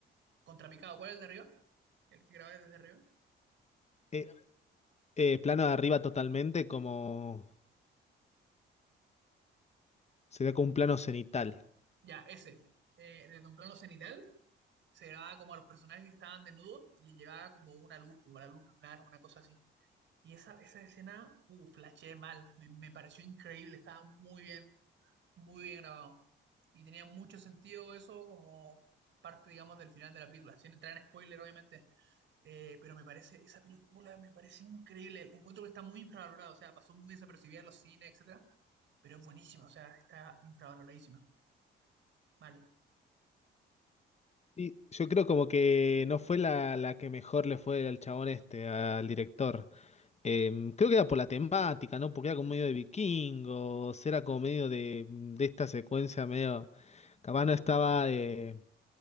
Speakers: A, on the right; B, on the left.
A: ¿contrapicado? ¿Cuál es el de arriba? ¿El que grabé desde arriba?
B: Eh, eh, plano de arriba totalmente, como sería como un plano cenital.
A: Ya, ese. Eh, desde un plano cenital se grababa como a los personajes que estaban desnudos y le llevaba como una luz, como la luz lunar, una cosa así. Y esa, esa escena, uh, flasheé mal. Me, me pareció increíble. Estaba muy bien, muy bien grabado. Y tenía mucho sentido eso como parte, digamos, del final de la película. Sin entrar en spoiler, obviamente. Eh, pero me parece, esa película me parece increíble. Encuentro que está muy infravalorada. O sea, pasó muy desapercibida en los cines, etcétera. Pero es buenísima. O sea, está infravaloradísima. Mal.
B: Y yo creo como que no fue la, la que mejor le fue al chabón este, al director. Eh, creo que era por la temática, ¿no? Porque era como medio de vikingos, era como medio de, de esta secuencia medio... Capaz no estaba... eh,